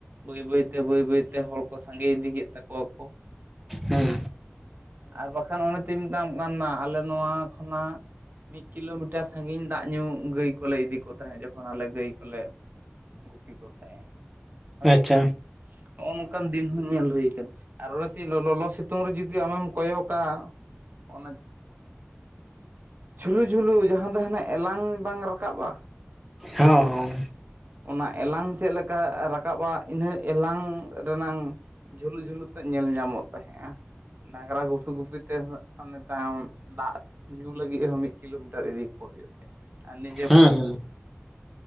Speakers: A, on the right; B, in the centre.
A: ᱵᱟᱹᱭ ᱵᱟᱹᱭ ᱛᱮ ᱵᱟᱹᱭ ᱵᱟᱹᱭ ᱛᱮ ᱦᱚᱲ ᱠᱚ ᱥᱟᱸᱜᱮ ᱤᱫᱤ ᱠᱮᱫ ᱛᱟᱠᱚᱣᱟ ᱠᱚ
B: ᱩᱸ
A: ᱟᱨ ᱵᱟᱠᱷᱟᱱ ᱚᱱᱮ ᱛᱳᱧ ᱢᱮᱛᱟᱢ ᱠᱟᱱᱟ ᱟᱞᱮ ᱱᱚᱣᱟ ᱠᱷᱚᱱᱟᱜ ᱢᱤᱫ ᱠᱤᱞᱳᱢᱤᱴᱟᱨ ᱥᱟᱺᱜᱤᱧ ᱫᱟᱜ ᱧᱩ ᱜᱟᱹᱭ ᱠᱚᱞᱮ ᱤᱫᱤ ᱠᱚ ᱛᱟᱦᱮᱸᱫ ᱡᱚᱠᱷᱚᱱ ᱟᱞᱮ ᱜᱟᱹᱭ ᱠᱚᱞᱮ ᱜᱩᱯᱤ ᱠᱚ ᱛᱟᱦᱮᱸᱫ ᱦᱳᱭᱥᱮ
B: ᱟᱪᱪᱷᱟ
A: ᱱᱚᱜᱼᱚ ᱱᱚᱝᱠᱟᱱ ᱫᱤᱱ ᱦᱚᱸ ᱧᱮᱞ ᱦᱩᱭ ᱠᱟᱱᱟ ᱟᱨ ᱚᱱᱮᱛᱚᱧ ᱞᱚᱞᱚ ᱥᱤᱛᱩᱝ ᱨᱮ ᱡᱩᱫᱤ ᱟᱢᱮᱢ ᱠᱚᱭᱚ ᱠᱟ ᱚᱱᱟ ᱡᱷᱩᱞᱩ ᱡᱷᱩᱞᱩ ᱡᱟᱦᱟᱸ ᱫᱚ ᱦᱱᱟᱜ ᱮᱞᱟᱝ ᱵᱟᱝ ᱨᱟᱠᱟᱵ-ᱟ
B: ᱦᱚᱸ ᱦᱚᱸ
A: ᱚᱱᱟ ᱮᱞᱟᱝ ᱪᱮᱫ ᱞᱮᱠᱟ ᱨᱟᱠᱟᱵ-ᱟ ᱤᱱᱟᱹ ᱮᱞᱟᱝ ᱨᱮᱱᱟᱝ ᱡᱷᱩᱞᱩ ᱡᱷᱩᱞᱩ ᱛᱮ ᱧᱮᱞ ᱧᱟᱢᱚᱜ ᱛᱟᱦᱮᱸᱼᱟ ᱰᱟᱝᱨᱟ ᱜᱩᱯᱤ ᱜᱩᱯᱤ ᱛᱮ ᱛᱟᱭᱚᱢ ᱫᱟᱜ ᱧᱩ ᱞᱟᱹᱜᱤᱫ ᱦᱚᱸ ᱢᱤᱫ ᱠᱤᱞᱳᱢᱤᱴᱟᱨ ᱤᱫᱤ ᱠᱚ ᱦᱩᱭᱩᱜ ᱛᱟᱦᱮᱫ ᱟᱨ ᱱᱤᱡᱮ
B: ᱦᱮᱸ ᱦᱮᱸ